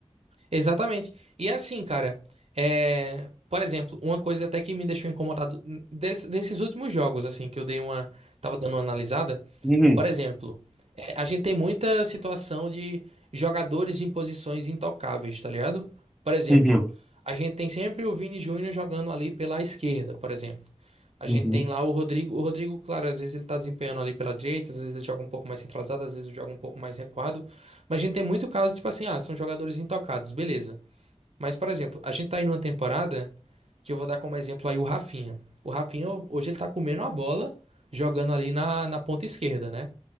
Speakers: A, on the right (about 65°); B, in the centre.
A: Exatamente. E é assim, cara, é... por exemplo, uma coisa até que me deixou incomodado n- des- desses últimos jogos, assim, que eu dei uma. Tava dando uma analisada.
B: Uhum,
A: Por exemplo, é, a gente tem muita situação de jogadores em posições intocáveis, tá ligado? Por exemplo,
B: uhum,
A: a gente tem sempre o Vini Júnior jogando ali pela esquerda, por exemplo. A
B: uhum.
A: gente tem lá o Rodrigo. O Rodrigo, claro, às vezes ele tá desempenhando ali pela direita, às vezes ele joga um pouco mais centralizado, às vezes ele joga um pouco mais recuado. Mas a gente tem muito caso, tipo assim, ah, são jogadores intocados, beleza. Mas, por exemplo, a gente tá aí numa temporada que eu vou dar como exemplo aí o Rafinha. O Rafinha, hoje ele tá comendo a bola, jogando ali na, na ponta esquerda, né?